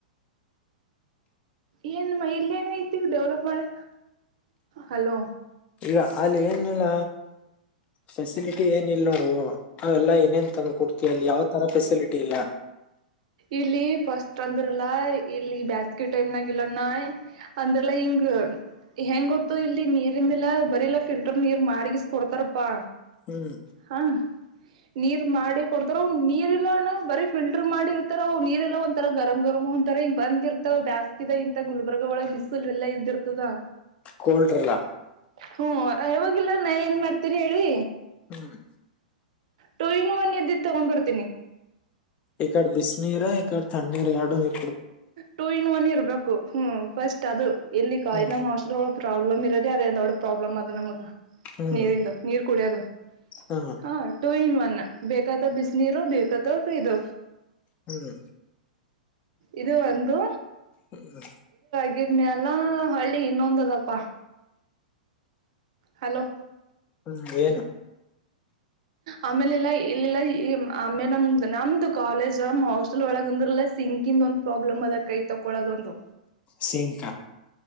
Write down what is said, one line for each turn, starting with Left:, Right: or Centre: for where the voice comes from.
Right: ಏನ್ಮ್ಮ ಇಲ್ಲ ಏನಐತಿ ಡೆವಲಪ್ ಮಾಡಿ ಹಲೋ
Left: ಈಗ ಅಲ್ಲಿ ಏನಲ್ಲ ಫೆಸಿಲಿಟಿ ಏನ್ ಇಲ್ ನೋಡುವ ಅವೆಲ್ಲಾ ಏನೇನ್ ತಂದ ಕೊಡ್ತಿವಿ ಅಲ್ಲಿ ಯಾವ ತರ ಫೆಸಿಲಿಟಿ ಇಲ್ಲ
Right: ಇಲ್ಲಿ ಫಸ್ಟ್ ಅಂದ್ರಲ್ಲ ಇಲ್ಲಿ ಬ್ಯಾಸ್ಗಿ ಟೈಮ್ನಾಗ ಇಲ್ಲಾನ ಅಂದ್ರಲ್ಲಾ ಹಿಂಗ ಹೆಂಗ ಗೊತ್ತು ಇಲ್ಲಿ ನೀರಿಿಂದಲ್ಲಾ ಬರಿಲ್ಲಾ ಫಿಲ್ಟರ್ ನೀರ್ ಮಾಡಗಿಸ ಕೊಡ್ತಾರಪ್ಪಾ
Left: ಹ್ಮ್
Right: ಹಾ ನೀರ್ ಮಾಡಿ ಕೊಡ್ತ್ರ ಅವ ನೀರ್ ಇಲ್ಲ ಬರಿೀಫಲ್ ಮಾಡಿರ್ತವು ನೀರ್ ಎಲ್ಲ ಒಂರ ಗರಂ ಗರ್ ಒಂಂತರಂಗ ಬಂದಿರ್ತಾವ ಬಸ್ಕಿದ ಇಂತ ಗುಲ್ಬರ್ಗ ಒಳಗ್ ಬ್ ಲ್ಲ ಎದುರ್ತದಾ
Left: ಕೂಟ್ರಿಲ್ಲ
Right: ಹ್ಮ್ ಯಾವವಾಗಿಲ್ಲ ನಾ ಏನ್ ಮಾಡ್ತೀನಿ ಹೇಳಿ
Left: ಹ್ಮ್
Right: ಟೂ ಇನ್ ಒನ್ ಇದ್ದು ತಗೊಂಡ್ ಬರ್ತವಿ
Left: ಇ ಕಡೆ ಬಿಸ್ಣೀರ ಈಕಡೆ ಥ್ಣೀರು ಹಡು ಇ
Right: ಟೂ ಇನ್ ಒನ್ ಇರ್ಬೇಕು ಹ್ಮ್ ಫಸ್ಟ್ ಅದು ಎಲ್ಲಿ ಕಾಯಿ
Left: ಹ್ಮ್
Right: ನಮ್ಮ ಹಸ್ಳ ಪ್ರಾಬ್ಲಮ್ ಇರೋದೆ ಅದೇ ದೊಡ್ಡ ಪ್ರಾಬ್ಲ್ ಅ ನಮಗೆ
Left: ಹ್ಮ್
Right: ನೀರಿಂದು ನೀರ್ ಕುಡಿಯದು
Left: ಹ್ಮ್
Right: ಹಾ ಟೂ ಇನ್ ಒನ್ ಬೇಕಾದ ಬಿಸಿನೀರು ಬೇಕಾದ ಕೈದು
Left: ಹ್ಮ್
Right: ಇದು ಒಂದು
Left: ಹ್ಮ್
Right: ಹಗಿದ್ಮೆ ಎಲ್ಲಾ ಹಳ್ಳಿ ಇನ್ನೊಂದದಪ್ಪಾ ಹಲೋ
Left: ಹ್ಮ್ ಏನು
Right: ಆಮೇಲೆ ಎಲ್ಲಾ ಇಲ್ಲಲ್ಲಾ ಆಮೇಲೆ ನಮ್ದ ನಮ್ದು ಕಾಲೇಜ್ ನಮ್ ಹಾಸ್ಟೆಲ್ ಒಳಗ ಅಂದ್ರಲ್ಲ ಸಿಂಕಿಂದು ಒಂದು ಪ್ರಾಬ್ಲಮ್ ಅದ ಕೈ ತೊಕೊಳ್ಳಳೋದ ಒಂದು
Left: ಸಿಂಕ